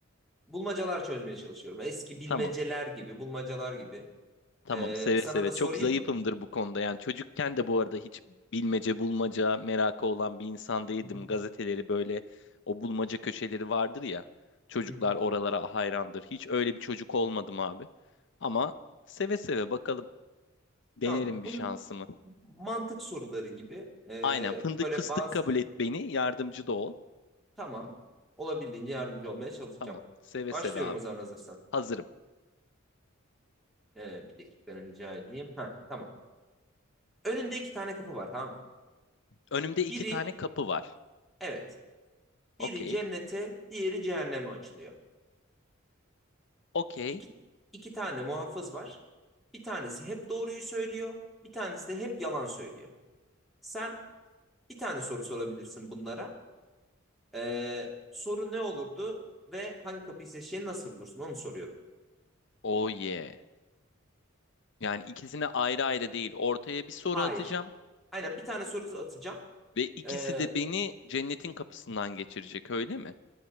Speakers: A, in the centre; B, on the left (about 60°).
A: bulmacalar çözmeye çalışıyorum. Eski bilmeceler
B: Tamam.
A: gibi, bulmacalar gibi.
B: Tamam
A: Ee,
B: seve
A: sana
B: seve.
A: da
B: Çok
A: sorayım
B: zayıfımdır
A: mı?
B: bu konuda. Yani çocukken de bu arada hiç bilmece bulmaca merakı olan bir insan değildim.
A: <laughs>
B: Gazeteleri böyle o bulmaca köşeleri vardır ya. Çocuklar
A: Hı hı.
B: oralara hayrandır. Hiç öyle bir çocuk olmadım abi. Ama seve seve bakalım denerim
A: Tamam.
B: bir
A: Bunun
B: şansımı.
A: mantık soruları gibi ee,
B: Aynen fındık
A: böyle
B: fıstık
A: bazı
B: kabul et beni yardımcı da ol.
A: tamam olabildiğince yardımcı olmaya çalışacağım.
B: Tamam seve
A: Başlıyorum
B: seve abi
A: o zaman hazırsan.
B: hazırım.
A: Ee, bir dakika rica edeyim. Ha, tamam. Önünde iki tane kapı var tamam mı?
B: Önümde iki
A: Biri
B: tane kapı var.
A: evet.
B: Okey
A: Biri cennete, diğeri cehenneme açılıyor.
B: okey
A: İki, iki tane muhafız var. Bir tanesi hep doğruyu söylüyor. Bir tanesi de hep yalan söylüyor. Sen bir tane soru sorabilirsin bunlara. Ee, soru ne olurdu ve hangi kapıyı seçeceğini nasıl bulursun onu soruyorum.
B: oh yeah. Yani ikisine ayrı ayrı değil ortaya bir soru
A: Hayır.
B: atacağım.
A: Aynen bir tane soru atacağım.
B: Ve ikisi
A: Ee,
B: de beni cennetin kapısından geçirecek öyle mi?